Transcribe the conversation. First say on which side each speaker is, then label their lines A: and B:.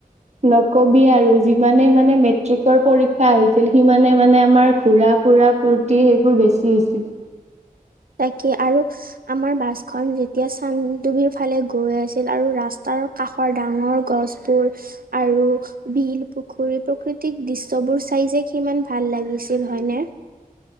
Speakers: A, on the right; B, on the right.
A: ন কবি আৰু। যিমানেই মানে মেট্ৰিকৰ পৰীক্ষা আহিছিল সিমানে মানে আমাৰ ঘুৰা-ফুৰা - ফুুৰ্তি সেইবোৰ বেছি হৈছিল।
B: তাকে আৰু - আমাৰ বাছখন যেতিয়া চানডুবিৰ ফালে গৈ আছিল আৰু ৰাস্তাৰ - কাষৰ ডাঙৰ গছবোৰ আৰু - বিল, পুখুৰী প্ৰাকৃতিক দৃশ্যবোৰ চাই যে কিমান ভাল লাগিছিল হয়নে?